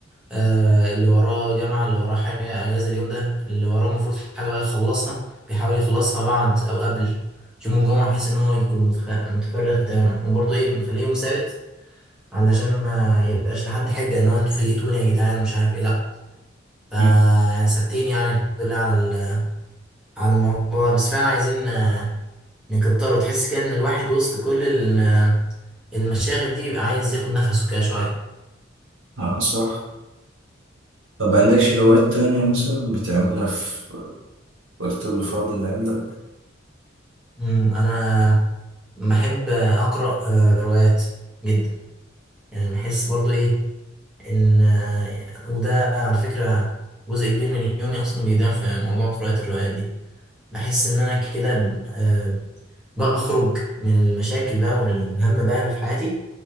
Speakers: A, in the centre; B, on the right.
A: آه، اللي وراه جامعة اللي وراه حاجة أجازة اليوم ده اللي وراه المفروض حاجة بقى يخلصها بيحاول يخلصها بعد أو قبل يوم الجمعة بحيث إن هو يكون متخ- متفرغ تماما وبرضه إيه بنخليه يوم سابت علشان ما يبقاش لحد حجة إن هو أنتوا فيقتوني يا جدعان ومش عارف إيه لأ فا
B: مم.
A: يعني ثابتين يعني الحمد لله على ال- على الموضوع ده بس فعلا عايزين آه، نكتر وتحس كده إن الواحد وسط كل ال- المشاغل دي بيبقى عايز ياخد نفسه كده شوية
B: اه صح طب عندكش هوايات تانية مثلا بتعملها في الوقت اللي فاضي اللي عندك
A: مم، انا بحب اقرا آه، روايات جدا يعني بحس برضو ايه ان آه، وده على فكره جزء كبير من يومي اصلا بيضيع في موضوع قراءه الروايات دي بحس ان انا كده ب- آه، بخرج من المشاكل بقى والهم بقى اللي في حياتي